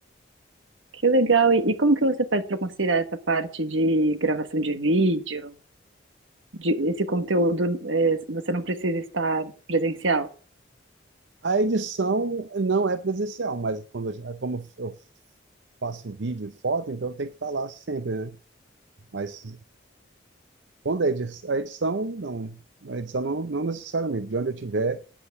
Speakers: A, on the right (about 80°); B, on the right (about 75°).
A: Que legal. E, e como que você faz para conciliar essa parte de gravação de vídeo, de esse conteúdo, eh, você não precisa estar presencial?
B: A edição não é presencial, mas quando, eu- como eu faço vídeo e foto, então tem que estar lá sempre, né? Mas Quando a edição, a edição não, a edição não, não necessariamente, de onde eu tiver.